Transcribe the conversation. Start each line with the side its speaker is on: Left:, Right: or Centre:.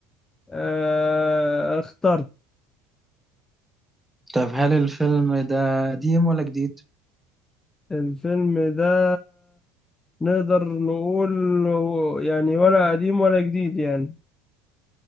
Left: آه، اخترت
Centre: طب هل الفيلم ده قديم ولا جديد؟
Left: الفيلم ده نقدر نقول هو- يعني ولا قديم ولا جديد يعني